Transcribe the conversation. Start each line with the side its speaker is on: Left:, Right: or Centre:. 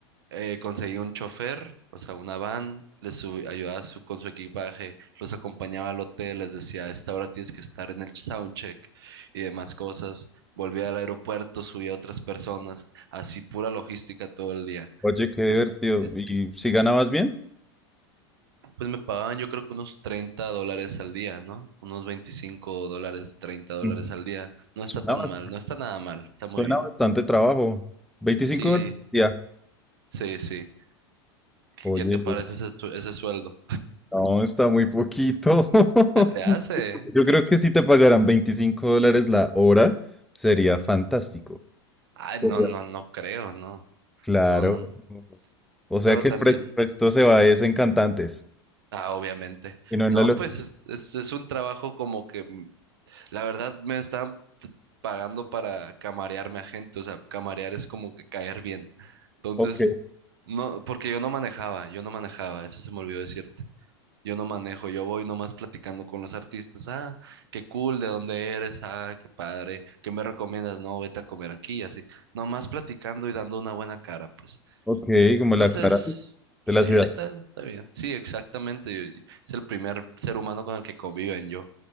Right: eh, conseguí un chofer, o sea, una van, les subi- ayudaba su- con su equipaje, los acompañaba al hotel, les decía, a esta hora tienes que estar en el soundcheck y demás cosas. Volvía al aeropuerto, subía a otras personas, así pura logística todo el día.
Centre: Oye, qué divertido.
Right: Y es- y-
Centre: ¿Y si ganabas bien?
Right: Pues me pagaban yo creo que unos 30 dólares al día, ¿no? Unos 25 dólares, treinta dólares
Centre: Mm,
Right: al día. No
Centre: Suena,
Right: está tan
Centre: bas-
Right: mal, no está nada mal, está
Centre: suena
Right: muy bien.
Centre: bastante trabajo. Veinticinco
Right: Sí,
Centre: horas al día.
Right: sí, sí. ¿Qué,
Centre: Oye.
Right: qué te parece ese, tu- ese sueldo?
Centre: No, está muy poquito. <laughs>
Right: Se te hace? ¿eh?
Centre: Yo creo que si te pagaran 25 dólares la hora, sería fantástico.
Right: Ay,
Centre: Genial.
Right: no, no, no creo, no,
Centre: Claro.
Right: no, no, no.
Centre: O sea
Right: Pero
Centre: que
Right: también,
Centre: el presupuesto se va es en cantantes
Right: ah, obviamente.
Centre: y no en
Right: No,
Centre: la logística.
Right: pues es, es, es un trabajo como que, mm, la verdad, me están t- pagando para camarearme a gente, o sea, camarear es como que caer bien. Entonces,
Centre: Ok,
Right: no, porque yo no manejaba, yo no manejaba, eso se me olvidó decirte. Yo no manejo, yo voy nomás platicando con los artistas, ah, qué cool, ¿de dónde eres? Ah, qué padre, ¿qué me recomiendas? No, vete a comer aquí, y así. Nomás platicando y dando una buena cara, pues.
Centre: ok, como la
Right: Entonces,
Centre: cara de
Right: sí,
Centre: la ciudad.
Right: está, está bien. Sí, exactamente. yo- yo- Es el primer ser humano con el que conviven yo.